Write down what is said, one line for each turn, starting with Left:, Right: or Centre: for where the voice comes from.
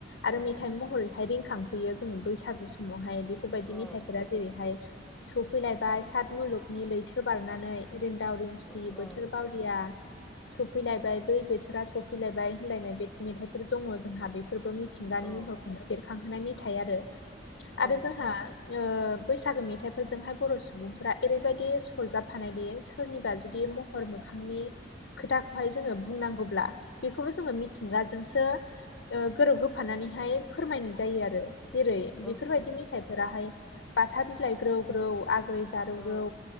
Left: आरो
Centre: औ
Left: मेथाइ महरैहाय रिंखांफैयो जोंनि बैसागु समावहाय बेफोरबायदि
Centre: औ
Left: मेथाइफोरा जेरैहाय सफैलायबाय सत मुलुगनि लैथो बारनानै रिन्दाव रिंसि
Centre: औ औ
Left: बोथोर बावलिया सफैलायबाय बै बोथोरा सफैलायबाय होनलायनाय मेथाइफोर दङ। जोंहा बेफोरबो मिथिं गानि
Centre: औ
Left: महरखौनो बेरखांहोनाय मेथाइ आरो
Centre: औ
Left: आरो जोंहा ओ बैसागो मेथाइफोरजोंहाय बर' सुबुंफोरा ओरैबायदि सरजाबफानाय दि सोरनिबा जुदि मह र मोखांनि खोथाखौहाय जोङो बुंनांगौब्ला बेखौबो जोङो मिथिंगाजोंसो ओ गोरोब होफानानैहाय फोरमायनाय जायो आरो। जेरै
Centre: औ
Left: बेफोरबायदि मेथायाइफोराहाय बाथा बिलाइ ग्रौ ग्रौ आगै, जारौ रौ
Centre: औ